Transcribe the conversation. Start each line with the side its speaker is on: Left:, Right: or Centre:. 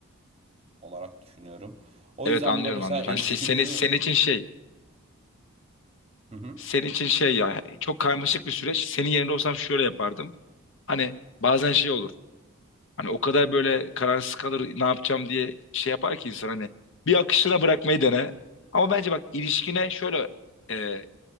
Right: olarak düşünüyorum. O
Left: Evet
Right: yüzden
Left: anlıyorum
Right: bu da mesela
Left: anlıyorum.
Right: ilişkimizi
Left: Hani şey, senin, senin için şey
Right: Hı hı.
Left: senin için şey ya çok karmaşık bir süreç. Senin yerinde olsam şöyle yapardım. Hani bazen şey olur. Hani o kadar böyle kararsız kalır ne yapacağım diye şey yapar ki insan hani bir akışına bırakmayı dene. Ama bence bak ilişkine şöyle e,